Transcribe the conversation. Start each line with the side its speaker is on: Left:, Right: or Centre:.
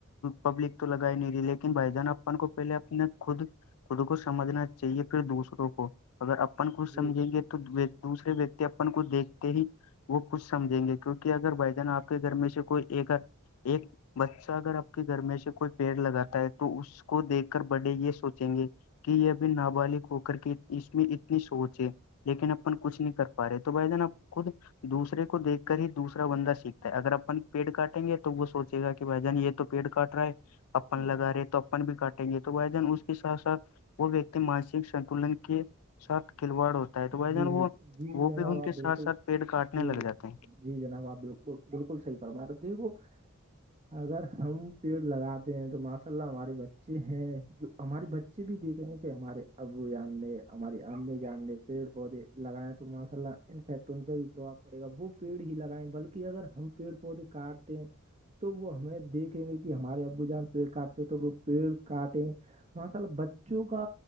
Left: پبلک تو لگائی ہی نہیں رہی لیکن بھائی جان اپن کو پہلے اپنے خود خود کو سمجھنا چاہیے پھر دوسروں کو اگر اپن خود
Right: جی
Left: سمجھیں گے تو تو دوسرے ویکتی اپن کو دیکھتے ہی وہ خچھ سمجھیں گے کیونکہ اگر ب آپ کے گھر میں سے کوئی ایکر ایک بچہ اگر آپ کے گھر میں سے کوئی پیڑ لگاتا ہے تو اس اس کو دیکھ کر بڑے یہ سوچیں گے کہ یہب نابالغ ہو کر کے اس میں اتنی سوچ ہے لیکن اپن کچھ نہیں کر پا رہے تو بھائی جان خود دوسر کو دیکھ کر ہی دوسرا بندہ سیکھتا ہے اگر اپن پیٹ کاٹ ٹیں گے تو وہ سوچےا کہ بھائی جان یہ تو پڑ کاٹ رہا ہے اپن
Right: ہ
Left: لگا رہے تو اپن بھی کاٹیں گے تو بھ جان اس ساتھ ساتھ وہ ویکتی مانسک سنتلن کے ساتھ کھلواڑ ہوتے
Right: جی
Left: تو بھائی جان وہ
Right: جی
Left: وہ
Right: جناب
Left: بھی ان
Right: آپ
Left: کے
Right: بالکل
Left: ساتھ ساتھ پیڑ کاٹنے
Right: جی
Left: لگ جاتے ہیں
Right: جی جناب آپ بالکل بالکل صحی فرما رہ دی کو اگر ہم پیڑ لگاتے ہیں تو م مس ہمارے بچے ہیں ہمارے بچے بھی دیکھیں گے کہ ہمارے ابو یان نے ہماری امی جان لی پڑ پودے لگائیں تو ماشاء اللہ انفیکٹ ان پہ بھی پربھؤ پڑے گا وہ پیڑ ہی لگائیں بلکہ اگر ہم پیڑ وہد کارٹتے تو وہ ہمیں دیکھیں گے کہ ہمارے ابو جان پیڑ کاٹتے ہیں تو وہ پیڑ کاٹیں ماشاء بچوں کا